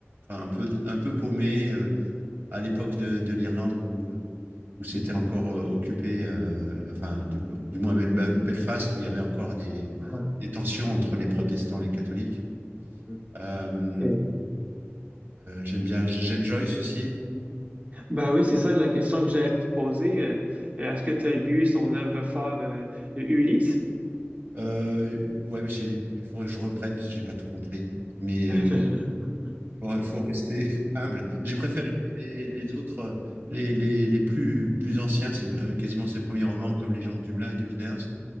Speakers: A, on the right; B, on the right.
A: enfin, un peu, un peu paumés euh, à l'époque de, de l'Irlande où, où c'était
B: Mm.
A: encore euh, occupé, euh, enfin, du, co- du moins Bel- Belfast, où il y avait encore des,
B: Ah,
A: des tensions entre les protestants et les catholiques.
B: mm.
A: Euh,
B: Et-
A: euh, j'aime bien, j'aime Joyce aussi.
B: Ben oui, c'est ça la question que j'allais te poser. Euh, euh, est-ce que tu as lu son œuvre phare, euh, Ulysse?
A: Euh, ouais, j'ai, il faudrait que je reprenne parce que j'ai pas tout compris. Mais
B: <laughs>
A: euh, il faut rester <laughs> humble. J'ai préféré les, les autres, euh, les, les, les plus, plus anciens, c'est euh, quasiment ses premiers romans comme Les gens de Dublin, Dubliners.